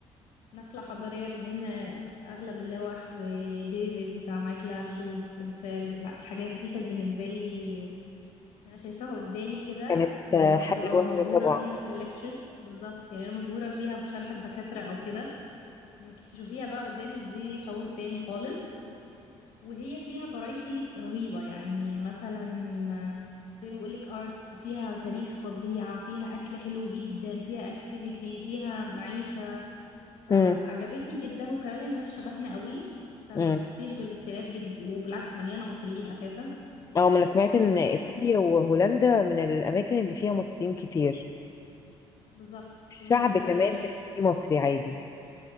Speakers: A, on the left; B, on the left.
A: نقلة حضارية لأن أغلب اللوح وديفيد بتاع مايكل أنجلو التمثال لا الحاجات دي كانت بالنسبة لي أنا شايفاها قدامي كده
B: كانت
A: آه،
B: آه،
A: وأنا
B: حاجة
A: كنت ببقى
B: وهم
A: مبهورة
B: طبعا
A: بيها في الليكتشرز بالظبط يعني أنا مبهورة بيها في شرح الدكاترة أو كده إنك تشوفيها بقى قدامك دي شعور تاني خالص وهي فيها فرايتي رهيبة يعني مثلا آه، زي ما بقولك ارتس فيها تاريخ فظيع فيها أكل حلو جدا فيها اكتيفيتي فيها معيشة فعجبتني
B: مم.
A: جدا وكمان الناس شبهنا قوي فما
B: مم.
A: تحسيش بالاختلاف جدا وبالعكس مليانه مصريين اساسا
B: اه ما أنا سمعت إن
A: آه،
B: إيطاليا وهولندا من الأماكن اللي فيها مصريين كتير
A: بالظبط
B: الشعب
A: لا بالظبط
B: كمان
A: يعني
B: تحسيه مصري عادي